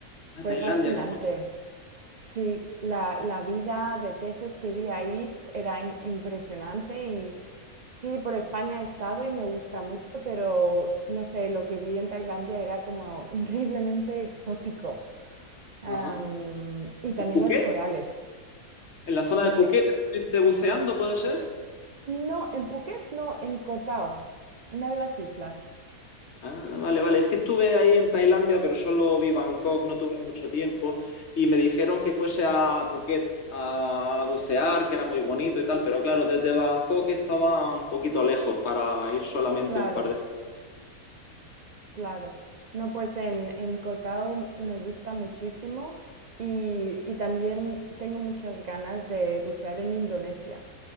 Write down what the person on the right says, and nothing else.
Fue
fascinante.
Sí, la, la vida de peces que vi ahí fu- era im- impresionante y sí, por España he estado y me gusta mucho, pero no sé, lo que vi en Tailandia era como <laughs> increíblemente exótico. Am,
y también
los corales.
¿El
qué?
No, en Phuket, no, en Koh Tao, una de las islas.
Ah,
Claro,
claro. No, pues en, en Koh Tao me gusta muchísimo y, y también tengo muchas ganas de bucear en Indonesia,